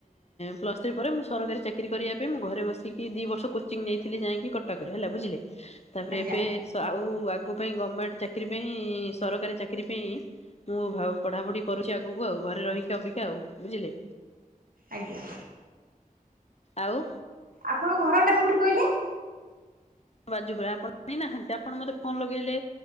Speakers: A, on the left; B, on the right.
A: ପ୍ଲସ ଥ୍ରି ପରେ ମୁଁ ସରକାରୀ ଚାକିରି କରିବା ପାଇଁ ମୁଁ ଘରେ ବସିକି ଦି ବର୍ଷ କୋଚିଂ ନେଇଥିଲି ଯାଇଁକି କଟକ ରେ ହେଲା ବୁଝିଲେ। ତା ପରେ
B: ଆଜ୍ଞା
A: ଏବେ। ଆଉ ଆଗ ପାଇଁ ଗମେଣ୍ଟ ଚାକିରି ପାଇଁ ସରକାରୀ ଚାକିରି ପାଇଁ ମୁଁ ଭା ପଢା ପଢି କରୁଛି ଆଗକୁ ଆଉ ଘରେ ରହିକି ଅବିକା ଆଉ ବୁଝିଲେ।
B: ଆଜ୍ଞା।
A: ଆଉ।
B: ଆପଣଙ୍କ ଘରଟା କୋଉଠି କହିଲେ।
A: ବାଜୁପୁର ଆପଣ ଜାଣିନାହାନ୍ତି ଆପଣ ମତେ ଫୋନ୍ ଲଗେଇଲେ।